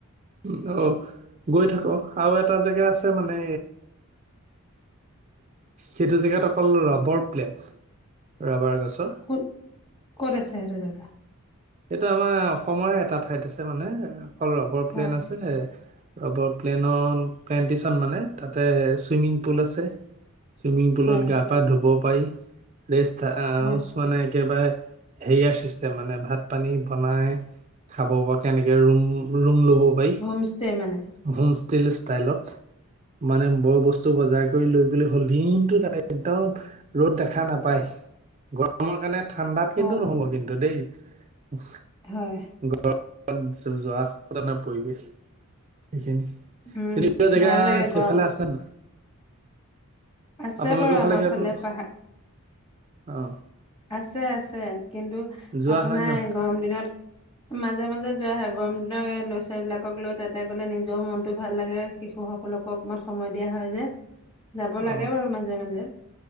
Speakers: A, on the right; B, on the left.
A: উ অ, গৈ থাকো, আৰু এটা জেগা আছে মানে সেইটো জেগাত অকল ৰাবৰ প্লেট ৰাবাৰ গছৰ
B: ক কৰেৰে চহৰে জাগা
A: এইটো আমাৰ, অসমৰে এটা ঠাইত আছে। মানে অকল ৰবৰ
B: হয়
A: প্লেন আছে। ৰবৰ প্লেনৰ প্লেনটেচন মানে তাতে চুইমিং পুল আছে। চুইমিং পুলত
B: হয়
A: গা পা ধুব পাৰি ৰেষ্ট আহ
B: হয়
A: মানে একেবাৰে হেৰিয়াৰ চিষ্টেম মানে ভাত পানী বনাই খাব পৰা কেনেকে ৰুম ৰুম ল'ব পাৰি
B: হোম ষ্টে মানে
A: হোম ষ্টিল ষ্টাইলত মানে, বৰ বস্তু বজাৰ কৰি লৈ বুলি হ'ল লিমটো তাতে একদম ৰ'দ দেখা নাপায় গৰমৰ কাৰণে ঠাণ্ডাত কিন্তু
B: অ
A: নহ'ব কিন্তু দেই অ',
B: হয়।
A: গৰমত যোৱা পৰিৱেশ সেইখিনি তেনেকুৱা
B: উম
A: জেগা
B: ভাল লাগে গৰম
A: সেইফালে আছে ন
B: আছে
A: আপোনালোকৰ
B: বাৰু আমাৰ
A: ভালে খ
B: ফালে পাহাৰ
A: অ,
B: আছে। আছে। কিন্তু
A: যোৱা
B: আপোনাৰ
A: হয় নহয়
B: গৰম দিনত মাজে মাজে যোৱা হয়ে গৰম দিনৰ ল'ৰা ছোৱালী বিলাকক লৈ তাতে ক'লে নিজেও মনতটো ভাল লাগে। শিশুসকলকো অকণমান সময় দিয়া হয় যে, যাব
A: অ
B: লাগেও আৰু মাজে মাজে